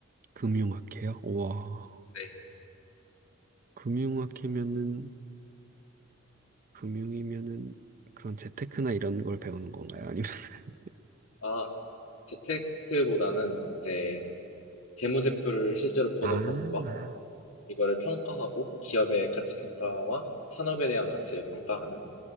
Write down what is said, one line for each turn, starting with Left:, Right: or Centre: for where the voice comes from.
Right: 금융학회요? 우와.
Left: 네.
Right: 금융학회면은, 금융이면은 그런 재테크나 이런 걸 배우는 건가요? 아니면, <laughs>
Left: 아, 재테크보다는 이제 재무제표를 실제로 보는
Right: 아,
Left: 법과 이거를 평가하고 기업의 가치 평가와 산업에 대한 가치를 평가하는